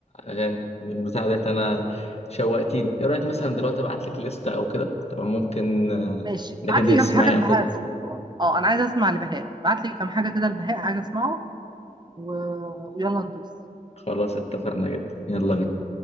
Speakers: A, on the left; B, on the right.
A: اغاني من بتاع ديت انا شوقتيني ايه رايك مثلا دلوقتي ابعت لك لستة او كده تمام ممكن آه،
B: ماشي
A: انك
B: ابعت
A: انت
B: لي
A: تسمعيها
B: كام حاجة لبهاء
A: او كده
B: سلطان اه أنا عايزة أسمع لبهاء ابعت لي كام حاجة كده لبهاء عايزة أسمعه و... ويلا ندوس
A: خلاص اتفقنا جدا يلا بينا